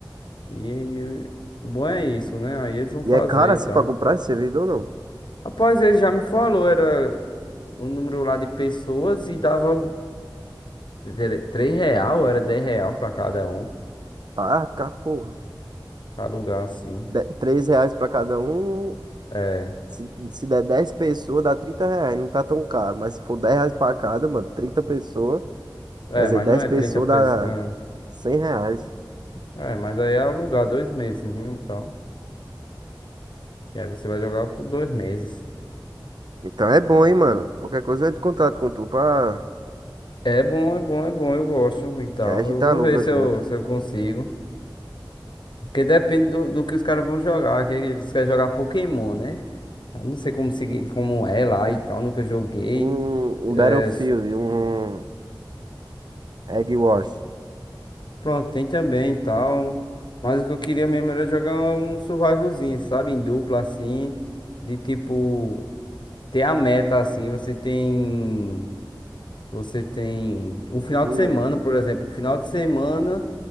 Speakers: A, on the left; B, on the right.
A: E, e o bom é isso, né? Aí eles vão
B: E
A: fazer
B: é caro assim
A: e tal.
B: pra comprar esse servidor, não?
A: Rapaz, ele já me falou, era um número lá de pessoas e dava era 3 real, era 10 real pra cada um,
B: Ah, cá, porra.
A: pra alugar assim.
B: De- Três reais para cada um.
A: É,
B: Se, se der 10 pessoas, dá 30 reais. Não tá tão caro. Mas se for 10 reais para cada, mano, 30 pessoas.
A: é,
B: Quer dizer,
A: mas
B: 10
A: não é
B: pessoas
A: trinta pessoas.
B: dá cem reais.
A: É, é, mas aí é alugar dois meses, né? Então, e aí você vai jogar por dois meses.
B: Então é bom, hein, mano. Qualquer coisa eu entro em contato com tu pra...
A: É bom, é bom, é bom, eu gosto e tal.
B: que aí a gente
A: Eu vou
B: aluga
A: ver se
B: junto.
A: eu, se eu consigo. Porque depende do, do que os caras vão jogar, que eles querem jogar Pokémon, né? Eu não sei como seguir, como é lá e tal, nunca joguei.
B: Um, um
A: É,
B: Battlefield, um Egg Wars.
A: Pronto, tem também e tal. Mas o que eu queria mesmo era jogar um survivalzinho, sabe? Em dupla, assim. De tipo, ter a meta, assim. Você tem. Você tem um final
B: Hum,
A: de semana, por exemplo. Um final de semana